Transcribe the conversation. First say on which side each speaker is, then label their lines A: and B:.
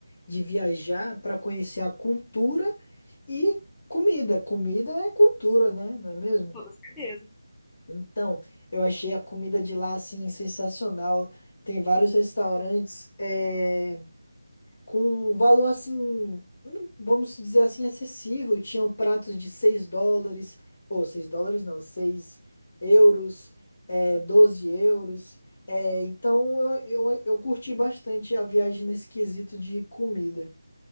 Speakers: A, on the left (about 40°); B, in the centre.
A: de viajar para conhecer a cultura e comida. Comida é cultura, né? Não é mesmo?
B: Com toda certeza.
A: Então, eu achei a comida de lá assim sensacional. Tem vários restaurantes eh, com um valor assim, hum, vamos dizer assim, acessível. Tinham pratos de 6 dólares, ou 6 dólares não, seis euros, é, 12 euros. É, então eu, eu, eu curti bastante a viagem nesse quesito de comida.